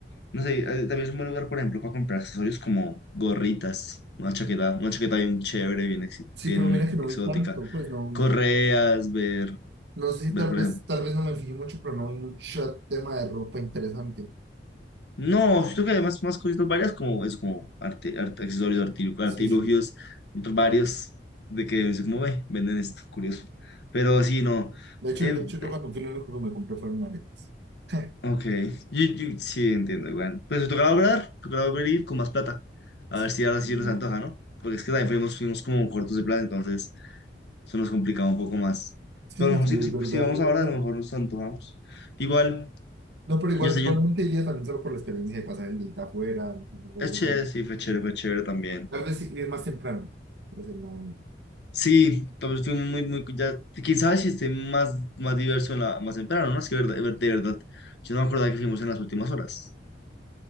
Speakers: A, on the left; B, on the right.
A: No sé, eh, también es un buen lugar, por ejemplo, para comprar accesorios como gorritas, una chaqueta, una chaqueta bien chévere, bien, ex-
B: Sí,
A: bien
B: pero mira que no
A: exótica,
B: vi tanto, pues no,
A: correas, ver,
B: no sé
A: ver,
B: si tal
A: por
B: vez,
A: ejemplo.
B: tal vez no me fijé mucho, pero no vi mucho tema de ropa interesante.
A: No, siento que hay más, más cositas varias como eso, como arte, arte- accesorios, artilu-
B: Sí,
A: artilugios,
B: sí. sí.
A: varios de que es como ve, venden esto, curioso. Pero sí, no.
B: De hecho,
A: eh,
B: de hecho yo
A: eh,
B: cuando fui lo único que me compré fueron aretes. <laughs>
A: ok, yo, yo sí entiendo, igual. Pues tocará hablar, tocará volver a ir con más plata. A
B: Sí,
A: ver si ahora
B: no.
A: sí nos antoja, ¿no? Porque es que también fuimos, fuimos como cortos de plata, entonces. Eso nos complicaba un poco más.
B: Sí,
A: Pero a lo mejor
B: sí, es
A: si, si,
B: verdad,
A: si vamos
B: es
A: ahora,
B: verdad.
A: a lo mejor nos antojamos. Igual,
B: No, pero igual,
A: yo sé,
B: igualmente
A: yo,
B: iría también solo por la experiencia de pasar el día afuera. no, no,
A: es
B: no,
A: chévere,
B: no.
A: sí, fue chévere, fue chévere también.
B: Tal vez sí, ir más temprano. Pero no, no.
A: Sí, tal vez estuvimos muy, muy, ya, quién sabe si esté más, más diverso en la, más temprano, ¿no? Es que verdad, de ver- de verdad, yo no me acordaba que fuimos en las últimas horas.